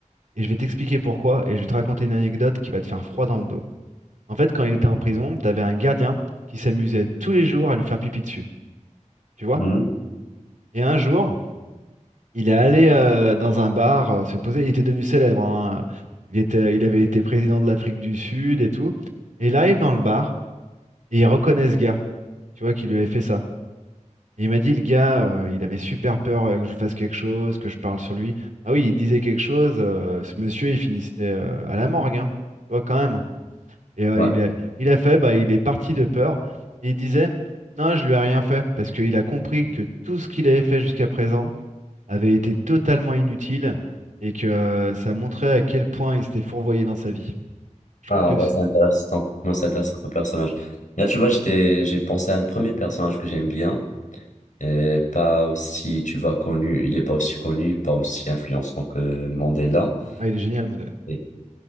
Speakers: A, on the right; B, on the left.
A: Et je vais t'expliquer pourquoi et je vais te raconter une anecdote qui va te faire froid dans le dos. En fait, quand il était en prison, t'avais un gardien qui s'amusait tous les jours à lui faire pipi dessus, tu vois?
B: Mhm.
A: Et un jour, il est allé euh, dans un bar euh, se poser. Il était devenu célèbre. hein. Il était, il avait été président de l'Afrique du Sud et tout. Et il arrive dans le bar. Et il reconnaît ce gars, tu vois, qui lui avait fait ça. Et il m'a dit, le gars, euh, il avait super peur euh, que je lui fasse quelque chose, que je parle sur lui. Ah oui, il disait quelque chose, euh, ce monsieur, il finissait euh, à la morgue, hein, tu vois, quand même. Et euh,
B: Ouais.
A: il a, il a fait, bah, il est parti de peur. Et il disait, non, je lui ai rien fait, parce qu'il a compris que tout ce qu'il avait fait jusqu'à présent avait été totalement inutile et que euh, ça montrait à quel point il s'était fourvoyé dans sa vie. Je trouve
B: Ah,
A: que
B: en vrai,
A: c'est...
B: c'est intéressant. Non, c'est intéressant comme personnage. Là, tu vois, j'étais, j'ai pensé à un premier personnage que j'aime bien, et pas aussi, tu vois, connu. Il est pas aussi connu, pas aussi influençant que Mandela.
A: Ah, il est génial, Mandela.
B: Et-